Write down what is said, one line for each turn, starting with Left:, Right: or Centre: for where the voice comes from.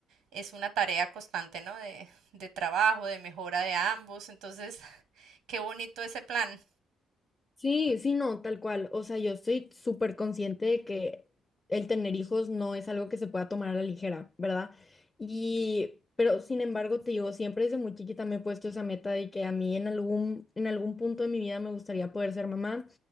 Right: es una tarea constante, ¿no? De, de trabajo, de mejora de ambos. Entonces, qué bonito ese plan.
Left: Sí, sí, no, tal cual. O sea, yo estoy súper consciente de que el tener hijos no es algo que se pueda tomar a la ligera, ¿verdad? Y, pero sin embargo, te digo, siempre desde muy chiquita me he puesto esa meta de que a mí en algún, en algún punto de mi vida me gustaría poder ser mamá